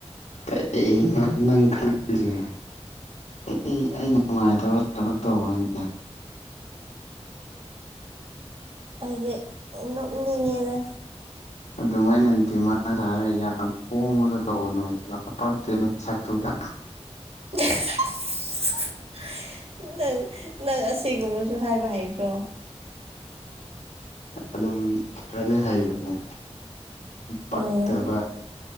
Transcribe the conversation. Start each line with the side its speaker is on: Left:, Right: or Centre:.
Left: ꯀꯩꯅꯣ ꯅꯪ ꯈꯜꯂꯤꯁꯦ ꯑꯩ ꯑꯩ ꯅꯨꯡꯉꯥꯏꯇꯕ ꯊꯕꯛ ꯇꯧꯕꯅꯤ
Right: ꯍꯥꯏꯗꯤ ꯅꯣꯛꯅꯤꯡꯉꯦꯅ
Left: ꯑꯗꯨꯃꯥꯏꯅ ꯗꯤꯃꯥꯟꯁ ꯍꯥꯏꯔꯒ ꯌꯥꯝ ꯄꯣꯕꯗ ꯇꯧꯕꯅꯣ ꯌꯥꯝ ꯄꯛꯇꯦꯅ ꯁꯛꯇꯨꯒ
Right: <unintelligible> ꯅꯪ ꯅꯪ ꯑꯁꯤꯒꯨꯝꯕꯁꯨ ꯍꯥꯏꯕ ꯍꯥꯏꯕ꯭ꯔꯣ
Left: ꯑꯗꯨꯝ ꯈꯔꯗꯤ ꯍꯩꯕꯅꯦ ꯄꯛꯇꯕ
Right: ꯎꯝ